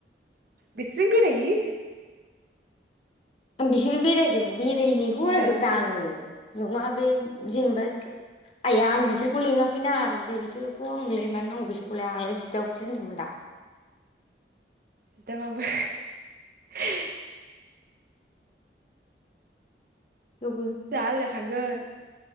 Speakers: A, on the right; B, on the left.
A: बिस्रिं बेरायहैयो।
B: आं बिसोरनो बेराजोौब बेरायनायखौ
A: बुंजानोसो
B: रायजोब्ला
A: थायो
B: आङो नङा। बे जेनेबा आइया आं बिसोरखौ लिङाखैना बिसोरखौ आं ल मानो नांगौ बिसोर <unintelligible> आंलाय बिदाखौसो होनदोंमोन दा।
A: बिदाबाबो <unintelligible>
B: थेवबो
A: जा आलदा थांगोन।